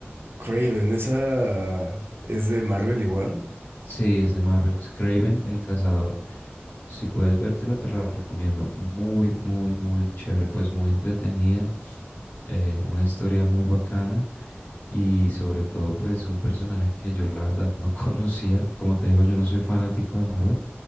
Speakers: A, on the right; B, on the left.
A: Craven, esa es de Marvel igual.
B: Sí, es de Marvel, es Kraven el Cazador. Si puedes vértela, te la recomiendo. Muy, muy, muy chévere, pues muy entretenida. eh, una historia muy bacana y sobre todo, pues un personaje que yo la verdad no <laughs> conocía. Como te digo, yo no soy fanático de Marvel.